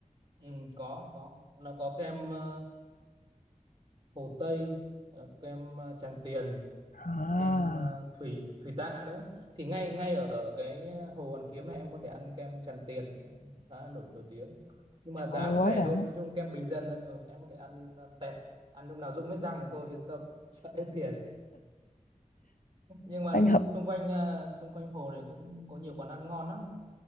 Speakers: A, on the right; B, on the left.
A: Ừ. có có nó có kem ờ, hồ Tây ờ, kem ờ, Tràng Tiền
B: À,
A: kem ờ, thủy thủy tạ nữa thì ngay ngay ở cái Hồ Hoàn Kiếm này em có thể ăn kem Tràng Tiền khá là nổi nổi tiếng nhưng mà
B: trời
A: giá cũng
B: quá
A: rẻ
B: đã.
A: thôi nói chung kem bình dân thôi ừ, em có thể ăn, ăn tẹt ăn lúc nào rụng hết răng thì thôi yên tâm <laughs> sợ hết tiền nhưng mà
B: Anh
A: xung
B: hợp
A: xung quanh ờ, xung quanh hồ này cũng có nhiều quán ăn ngon lắm